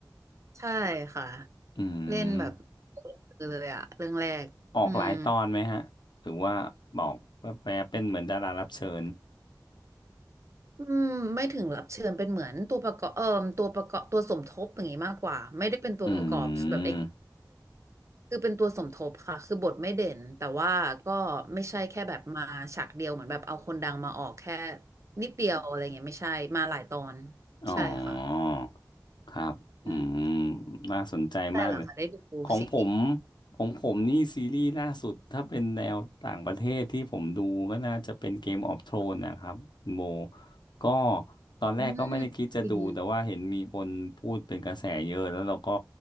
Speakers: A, on the right (about 40°); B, on the left (about 85°).
A: ใช่ค่ะ
B: อื
A: เล่นแบบ
B: ม
A: เลยอะเรื่องแรกอืม
B: ออกหลายตอนไหมฮะ หรือว่าบอกแวบๆเป็นเหมือนดารารับเชิญ
A: อืมไม่ถึงรับเชิญเป็นเหมือนตัวประกอบเอ่อตัวประกอบตัวสมทบอย่างงี้มากกว่าไม่ได้เป็นตัวประกอบแบบ
B: อืม
A: คือเป็นตัวสมทบค่ะคือบทไม่เด่นแต่ว่าก็ไม่ใช่แค่แบบมาฉากเดียวเหมือนแบบเอาคนดังมาออกแค่นิดเดียวอะไรเงี้ยไม่ใช่มาหลายตอน
B: อ๋อ
A: ใช่ค่ะ
B: ครับอืม
A: อืม
B: น่าสนใจมากเลย
A: ได้เหรอคะได้ดูซีรีส์
B: ของผมของผมนี่ซีรีส์ล่าสุดถ้าเป็นแนวต่างประเทศที่ผมดูก็น่าจะเป็น Game of Thrones นะครับคุณโบก็ตอนแรกก็ไม่ได้คิดจะดูแต่ว่าเห็นมีคนพูดเป็นกระแสเยอะแล้วเราก็
A: อืมอิน